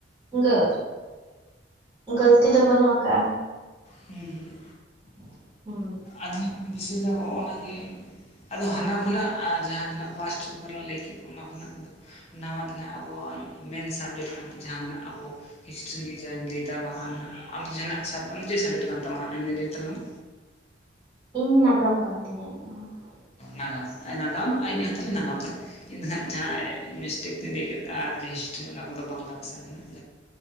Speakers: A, on the right; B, on the left.
A: ᱤᱝᱠᱟᱹ ᱜᱟᱹᱞᱛᱤ ᱫᱚ ᱵᱟᱹᱱᱩᱜ ᱟᱠᱟᱜᱼᱟ
B: ᱦᱩᱸ ᱦᱩᱸ
A: ᱾ ᱦᱩᱸ ᱾
B: ᱟᱫᱚ ᱵᱮᱥᱤᱨ ᱵᱷᱟᱜᱽ ᱦᱚᱸᱜ-ᱚ ᱚᱱᱟ ᱜᱮ ᱟᱫᱚ ᱦᱟᱱᱟ ᱠᱷᱚᱱᱟᱜ ᱡᱟᱦᱟᱸ ᱛᱤᱱᱟᱹᱜ ᱯᱟᱥᱯᱟᱨᱟ ᱞᱟᱹᱭ ᱠᱮᱫ ᱚᱱᱟ ᱠᱷᱚᱱᱟᱜ ᱫᱚ ᱱᱟᱣᱟ ᱫᱚ ᱦᱟᱸᱜ ᱟᱵᱚᱣᱟᱜ ᱢᱮᱱ ᱥᱟᱵᱡᱮᱠᱴ ᱠᱟᱱᱟ, ᱡᱟᱦᱟᱸ ᱫᱚ ᱦᱟᱸᱜ ᱟᱵᱚ ᱦᱤᱥᱴᱨᱤ ᱡᱟᱧ ᱞᱟᱹᱭᱮᱫᱟ ᱵᱟᱠᱷᱟᱱ ᱟᱢ ᱡᱟᱦᱟᱱᱟᱜ ᱥᱟᱵ ᱟᱢ ᱾ ᱪᱮᱫ ᱥᱟᱵᱡᱮᱠᱴ ᱠᱟᱱ ᱛᱟᱢᱟ ᱟᱢ ᱧᱟᱹᱭ ᱛᱟᱞᱟᱝ ᱢᱮ?
A: ᱤᱧ ᱱᱟᱜᱟᱢ ᱠᱟᱱ ᱛᱤᱧᱟᱹ ᱤᱧᱟᱹᱜ ᱦᱚᱸ ᱾
B: ᱱᱟᱜᱟᱢ ᱱᱟᱜᱟᱢ ᱟᱡᱤᱧ ᱦᱚ ᱛᱟᱞᱮ ᱱᱟᱜᱟᱢ ᱛᱟᱞᱮ ᱾ ᱤᱧᱫᱚ ᱦᱟᱸᱜ ᱡᱟᱦᱟᱸ ᱢᱤᱥᱴᱮᱠ ᱛᱤᱧ ᱞᱟᱹᱭ ᱠᱮᱫ ᱦᱤᱥᱴᱨᱤ ᱚᱱᱟ ᱠᱚᱫᱚ ᱵᱟᱝᱞᱟ ᱵᱷᱟᱥᱟ ᱠᱟᱱᱟ ᱾